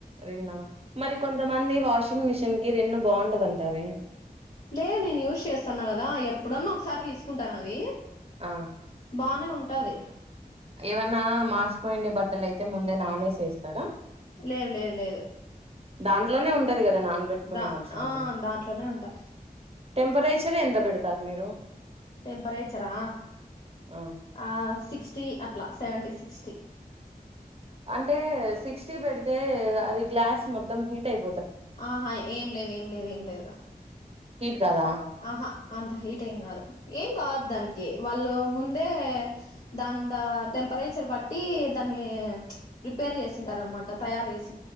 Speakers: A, on the right; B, on the left.
A: రిన్నా మరి కొంతమంది వాషింగ్ మిషిన్ కి రిన్ను బాగుండదంటారే
B: లే నేను యూస్ చేస్తాన్నా కదా ఎప్పుడన్నా ఒకసారి తీసుకుంటాను అది
A: ఆ
B: బానే ఉంటాది
A: ఏవన్నా మాస్పోయిండి బట్టలు అయితే ముందే నానేసేస్తారా
B: లేదు లేదు లేదు
A: దాంట్లోనే ఉంటది కదా నానబెట్టుకునే
B: దా
A: ఆప్షన్
B: ఆ
A: కూడా
B: దాంట్లోనే ఉంటా
A: టెంపరేచర్ ఎంత పెడతారు మీరు
B: టెంపరేచరా
A: ఆ
B: ఆ సిక్స్టీ అ ట్లా సెవెంటీ సిక్స్టీ
A: అంటే సిక్స్టీ పెడితే అది గ్లాస్ మొత్తం హీట్ అయి
B: ఆహా ఏం లేదు ఏం లేదు ఏం లేదు
A: కదా
B: ఆహా అంత హీట్ ఏం కాదు ఏం కాదు దానికి వాళ్ళు ముందే దందా టెం పరేచర్ బట్టి దానికి ప్రీపేర్ చేసుంటారు అన్నమాట తయారు చేసి